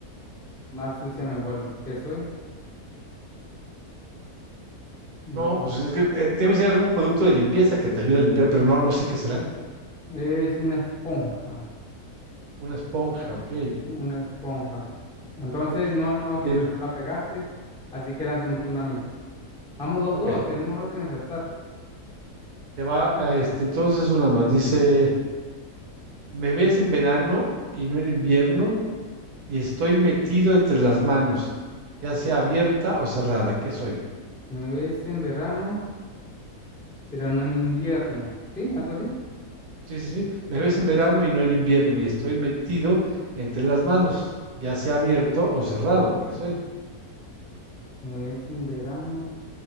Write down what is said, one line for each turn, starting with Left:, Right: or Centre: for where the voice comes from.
Centre: Más sucia me vuelvo. ¿Qué soy? Mientras.
Right: No, pues es que eh, debe ser algún producto de limpieza que te ayude a limpiar, pero no, no sé qué será.
Centre: Es una esponja,
Right: Una esponja, ok.
Centre: una esponja. Entonces,
Right: Sí,
Centre: no, no
Right: te
Centre: considero
Right: llena.
Centre: que no la pegaste, así que lánceme usted una a mí. Vamos, dos,
Right: Ok.
Centre: dos, tenemos rato sin acertar.
Right: Te va, eh, este, entonces una más. Dice, me ves en verano y no en invierno y estoy metido entre las manos, ya sea abierta o cerrada. ¿Qué soy?
Centre: Me ves en verano, pero no en invierno. ¿Sí? ¿Algo así?
Right: Sí, sí, sí. Me ves en verano y no en invierno y estoy metido entre las manos, ya sea abierto o cerrado. ¿Qué soy?
Centre: Me ves en verano.